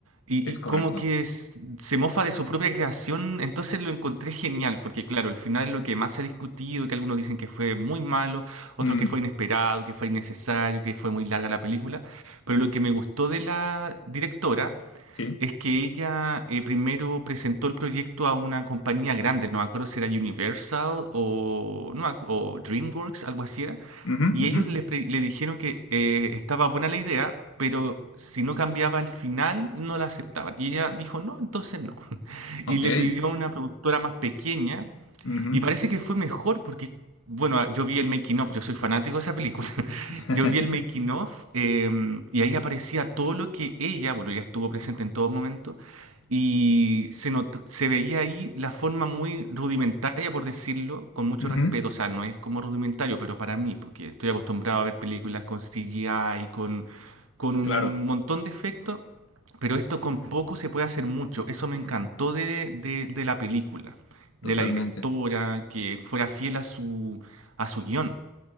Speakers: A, on the right; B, on the left.
A: y,
B: Es
A: y
B: correcto.
A: como que s- se mofa de su propia creación, entonces lo encontré genial, porque claro, el final es lo que más se ha discutido, que algunos dicen que fue muy malo, otros
B: Mm,
A: que fue inesperado, que fue innecesario, que fue muy larga la película, pero lo que me gustó de la directora
B: sí.
A: es que ella eh, primero presentó el proyecto a una compañía grande, no me acuerdo si era Universal o, no, me acu- o DreamWorks, algo así era,
B: Ujú,
A: y
B: ujú.
A: ellos le, pre- le dijeron que eh, estaba buena la idea, pero si no cambiaba el final no la aceptaban. Y ella dijo, no, entonces no. <laughs>
B: Ok.
A: Y le pidió a una productora más pequeña
B: Ujú.
A: y parece que fue mejor porque, bueno, yo vi el making of, yo soy fanático de esa película. <laughs>
B: <laughs>
A: Yo vi el making of eh, y ahí aparecía todo lo que ella, bueno, ella estuvo presente en todo momento y se nota- se veía ahí la forma muy rudimentaria, por decirlo, con mucho
B: Ujú,
A: respeto. O sea, no es como rudimentario, pero para mí, porque estoy acostumbrado a ver películas con CGI y con, con un
B: Claro,
A: montón de efectos, pero esto con poco se puede hacer mucho. Eso me encantó de, de de la película
B: totalmente.
A: de la directora, que fuera fiel a su, a su guión.